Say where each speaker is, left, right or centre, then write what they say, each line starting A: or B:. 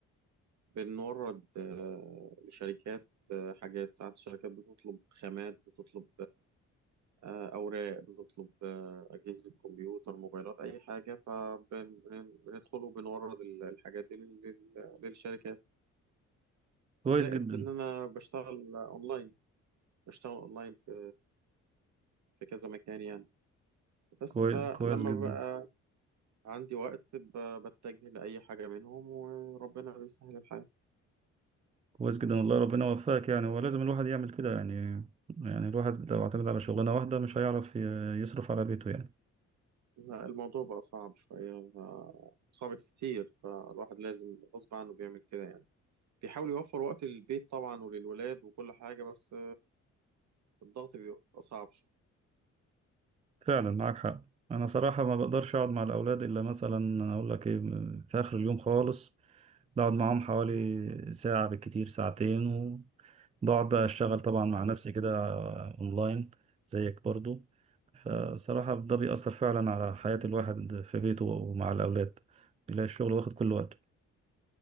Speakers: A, on the right (about 65°); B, on the right (about 20°).
A: وبنورد آه، لشركات آه، حاجات ساعات الشركات بتطلب خامات بتطلب آه، أوراق بتطلب آه، أجهزة كمبيوتر موبايلات أي حاجة فبندخل وبنورد ال- الحاجات دي لل- لل- للشركات
B: كويس
A: زائد
B: جدا
A: ان انا بشتغل اونلاين بشتغل اونلاين في في كذا مكان يعني بس
B: كويس
A: فلما
B: كويس جدا
A: بقى عندي وقت ب- بتجه لأي حاجة منهم وربنا بيسهل الحال
B: كويس جدا والله ربنا يوفقك يعني هو لازم الواحد يعمل كده يعني يعني الواحد لو اعتمد على شغلانة واحدة مش هيعرف ي- يصرف على بيته يعني
A: لا، الموضوع بقى صعب شوية ف- صعب كتير فالواحد لازم غصب عنه بيعمل كده يعني بيحاول يوفر وقت للبيت طبعا وللولاد وكل حاجة بس الضغط بيبقى صعب
B: فعلا معاك حق انا صراحة ما بقدرش اقعد مع الاولاد الا مثلا اقول لك ايه في اخر اليوم خالص بقعد معاهم حوالي ساعة بالكتير ساعتين وبقعد بقى أشتغل طبعا مع نفسي كده أونلاين زيك برضو فصراحة ده بيأثر فعلا على حياة الواحد في بيته ومع الأولاد بيلاقي الشغل واخد كل وقته